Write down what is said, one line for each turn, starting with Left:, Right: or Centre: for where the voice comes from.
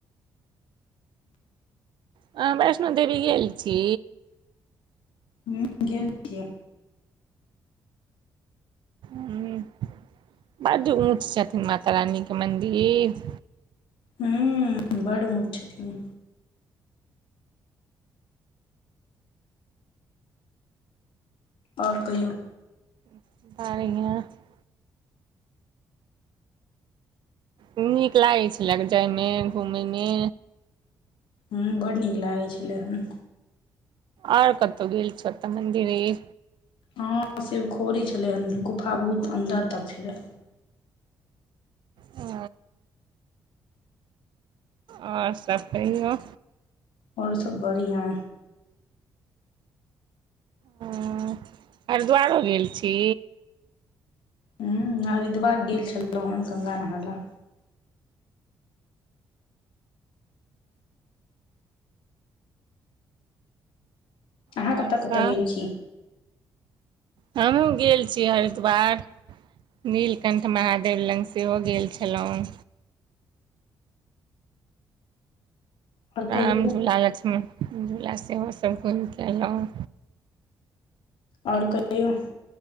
Right: अहाँ वैष्णो देवी गेल छी?
Left: हँ गेल छियै।
Right: हूं बड्ड ऊँच छथिन्ह माता रानी के मन्दिर
Left: हूँ बड़ उॅंच छथिन्ह। आओर कहियौ
Right: <unintelligible> खूब नीक लागै छलै जायमे घुमय मे
Left: हँ बड्ड नीक लागै छलै हें
Right: आओर कतौ गेल छथि मन्दिर ई
Left: हँ शिवखोड़ी छलै हन गुफा बहुत अन्दर तक छलै।
Right: ओ आओर सब कहियौ।
Left: आओर सब बढ़िया
Right: हँ हरिद्वारो गेल छी?
Left: हूं हरिद्वार गेल छलहुँ हेढं गंगा नहाय ल अहाँ
Right: आओर
Left: कतऽ
Right: सब
Left: कतऽ गेल छी
Right: हमहूँ गेल छी हरिद्वार नीलकण्ठ महादेव लग सेहो गेल छलहुँ हम
Left: आओर
Right: राम
Left: कहियौ
Right: झूला, लक्ष्मण झूला सेहो सभ घुमि कऽ एलहुँ
Left: आओर कहियौ